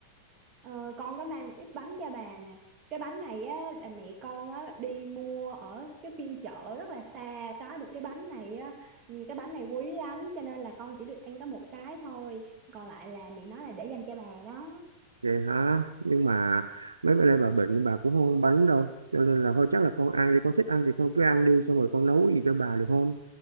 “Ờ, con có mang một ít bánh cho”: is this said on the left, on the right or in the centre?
Right